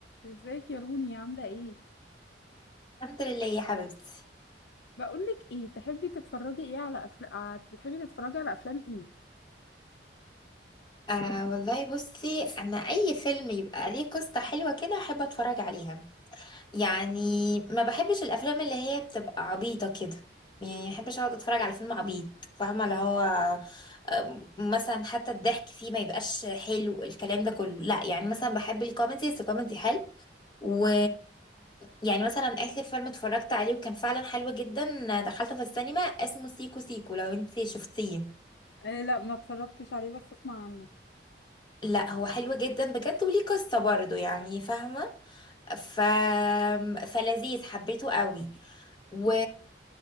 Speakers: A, on the left (about 70°); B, on the left (about 25°).
A: ازيك يا روني عاملة ايه؟
B: الحمد لله يا حبيبتي
A: بقولك ايه تحبي تتفرجي ايه على افلام بتحبي تتفرجي على افلام ايه؟
B: آه والله بصي انا اي فيلم يبقى ليه قصة حلوة كده احب اتفرج عليها يعني ما بحبش الافلام اللي هي بتبقى عبيطة كده يعني ما بحبش اقعد اتفرج على فيلم عبيط فاهمة اللي هو آه، مثلا حتى الضحك فيه ما يبقاش حلو الكلام ده كله لا يعني مثلا بحب الكوميدي بس كوميدي حلو و يعني مثلا اخر فيلم اتفرجت عليه وكان فعلا حلو جدا دخلته في السينما اسمه سيكو سيكو لو انت شفتيه
A: آه لا ما اتفرجتش عليه بس اسمع عنه
B: لا هو حلو جدا بجد وليه قصة برضه يعني فاهمة ف... فلذيذ حبيته قوي و...